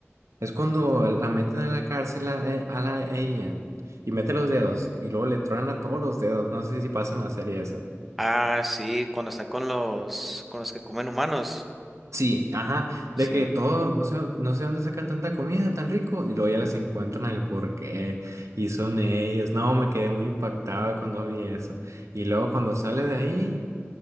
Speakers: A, on the right; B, in the centre.
A: es cuando la meten en la cárcel a, e- a la a ella y mete los dedos y luego le truenan a todos los dedos, no sé si pasa en la serie esa.
B: Ah, sí, cuando está con los con los que comen humanos.
A: Sí, Ajá,
B: Sí.
A: de que todo, no sé, no sé dónde sacan tanta comida tan rico y luego ya les encuentran el porqué y son ellos. No, me quedé muy impactada cuando vi eso. Y luego cuando sale de ahí...